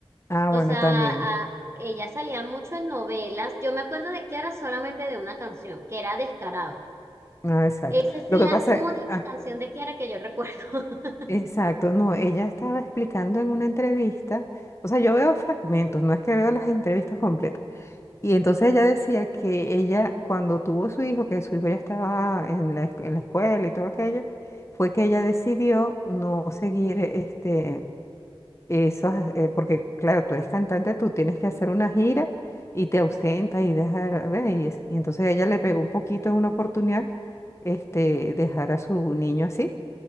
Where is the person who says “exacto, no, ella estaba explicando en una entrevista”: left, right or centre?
Left